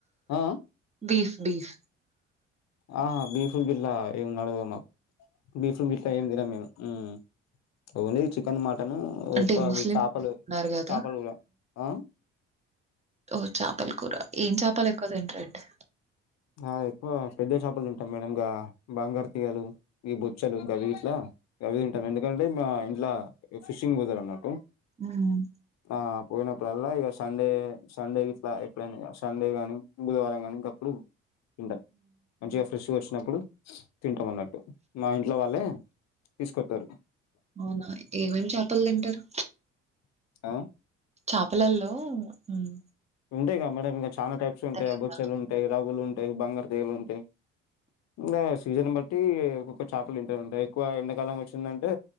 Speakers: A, on the left; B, on the right.
A: ఆ
B: బీస్ బీస్.
A: ఆహా బీప్ లు గిట్లా ఏం నడవవు మాకు బీఫ్లు గిట్లా ఏమి తినం మేము ఉమ్. ఓన్లీ చికెన్ మటన్
B: అంటే
A: ఎక్కువ అవి
B: ముస్లిం
A: చేపలు
B: ఉన్నారు కదా
A: చేపలు కూడా ఆహ్.
B: ఓం చాపలు కూర ఏం చేపలు ఎక్కువ తింటారెంటి.
A: ఆహ్ ఎక్కువ పెద్ద చేపలు తింటాం మేడం గా బంగారు తీగలు ఈ బొచ్చలు గవి గిట్ల. అవి తింటాం ఎందుకంటే మా ఇంట్లా ఫిషింగ్ పోతారాన్నట్టు.
B: ఉమ్.
A: ఆహ్ పోయినప్పుడల్లా ఇగ సండే సండే గిట్లా ఎప్పుడైనా సండే గాని బుధవారం కానీ గప్పుడు. తింటం మంచిగా ఫ్రెష్ గా వచ్చినప్పుడు తింటాం అన్నట్టు మా ఇంట్లో వాళ్ళే తీసుకొత్తరు
B: అవునా ఏమేం చాపలు తింటరు
A: ఆ
B: చాపలల్లో ఉమ్
A: ఉంటాయి గా మేడమ్ ఇంకా చాలా టైప్స్ ఉంటాయి
B: గదా!
A: బొచ్చలు ఉంటాయి రవులు ఉంటాయి బంగారు తీగలు ఉంటాయి ఇంగా సీజన్ బట్టి ఒక్కొక్క చాపలు వింటాయింట ఎక్కువ ఎండాకాలం వచ్చిందంటే